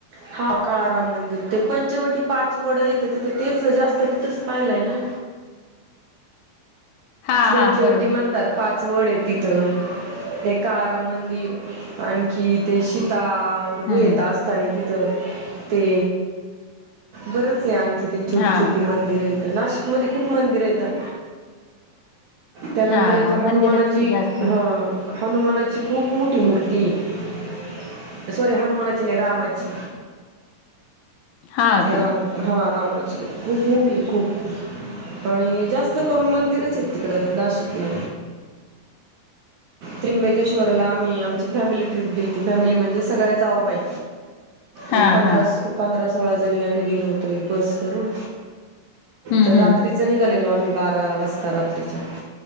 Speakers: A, on the right (about 65°); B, on the left (about 75°).
A: हा काळाराम मंदिर ते पंचवटी पाच वड येतं तिथं तेच जास्त तिथंच पाहिलंय ना?
B: हा
A: पंचवटी
B: हा बरोबर
A: म्हणतात पाच वड आहे तिथं. हे काळाराम मंदिर. आणखी ते शीता गुहेत
B: हम्म
A: असताना तिथ ते बरच आहे तिथे छोटी
B: हा
A: छोटी मंदिरं आहेतं नाशिकमध्ये खूप मंदिर आहेतं. त्यानंतर
B: हा
A: एक हनुमानाची
B: मंदिरच जास्त
A: हा हनुमानाची खूप मोठी मूर्ती ये सॉरी हनुमानाची नाही रामाची.
B: हा का
A: राम हा रामची खूप मोठी खूप आणि जास्त करून मंदिरच आहेत तिकड नाशिकला. त्र्यंबकेश्वरला आम्ही आमची फॅमिली ट्रिप गेलीती फॅमिली म्हणजे सगळ्या जाव बाई
B: हा
A: एक, पंधरा,
B: हा
A: पंधरा सोळा जणी आम्ही गेलो होतो एक बस करून.
B: हम्म
A: तर रात्रीच
B: हम्म
A: निघालेलो आम्ही बारा वाजता रात्रीच्या